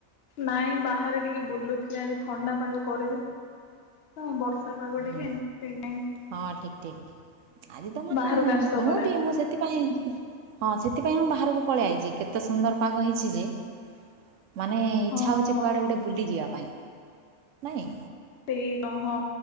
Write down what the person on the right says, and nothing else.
ହୁଁ
ହଁ ଠିକ ଠିକ ଆଜି ତ ମାନେ
ମୁଁ ବି ମୁଁ ସେଥିପାଇଁ ହଁ ସେଥିପାଇଁ ମୁଁ ବାହାରକୁ ପଳେଇଆଇଚି କେତେ ସୁନ୍ଦର ପାଗ ହେଇଛି ଯେ। ମାନେ ଇଚ୍ଛା
ହଉଚି କୁଆଡେ ଗୋଟେ ବୁଲି ଯିବା ପାଇଁ ନାଇଁ।